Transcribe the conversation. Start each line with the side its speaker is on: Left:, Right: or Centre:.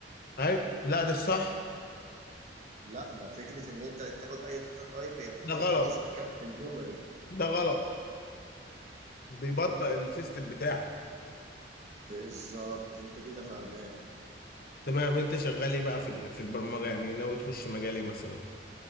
Left: ايوه لا ده الصح
Right: لا ما فكره ان انت تاخد اي داتا تايب هي بتروح
Left: ده غلط
Right: تحجز مكان في الميموري
Left: ده غلط بيبطئ السيستم بتاعك
Right: بالظبط انت كده فاهمان
Left: تمام انت شغال ايه بقى في ال- في البرمجه يعني ناوي تخش مجال ايه مثلا